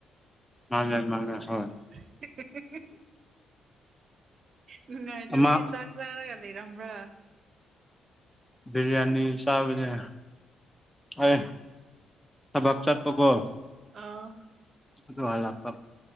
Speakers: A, in the centre; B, on the right (about 50°).
A: ꯃꯥꯅꯦ ꯃꯥꯅꯦ ꯍꯣꯏ
B: <unintelligible> ꯅꯨꯡꯉꯥꯏꯇꯕꯒꯤ
A: ꯑꯃ
B: ꯆꯥꯛ ꯆꯥꯔꯒ ꯂꯩꯔꯝꯕ꯭ꯔꯥ
A: ꯕꯤꯔꯌꯥꯅꯤ ꯆꯥꯕꯅꯦ ꯑꯦ ꯊꯕꯥꯛ ꯆꯠꯄ ꯀꯣ
B: ꯑꯥ
A: ꯑꯗꯨ ꯍꯜꯂꯥꯛꯄ